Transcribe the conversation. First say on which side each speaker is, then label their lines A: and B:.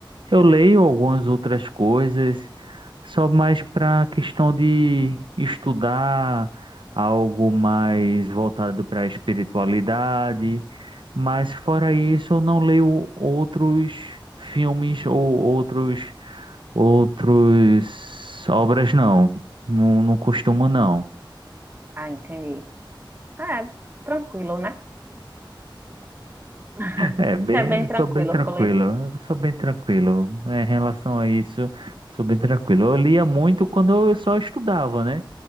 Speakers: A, on the right; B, on the right.
A: Eu leio algumas outras coisas, só mais para questão de estudar algo mais voltado para a espiritualidade, mas fora isso, eu não leio outros filmes ou outros outros obras não. Não, não costumo não.
B: Ah, entendi. Ah, é tranquilo, né? <laughs>
A: É, bem,
B: É bem tranquilo
A: sou bem tranquilo,
B: com leitura.
A: eu sou bem tranquilo. É, em relação a isso, sou bem tranquilo. Eu lia muito quando eu só estudava, né?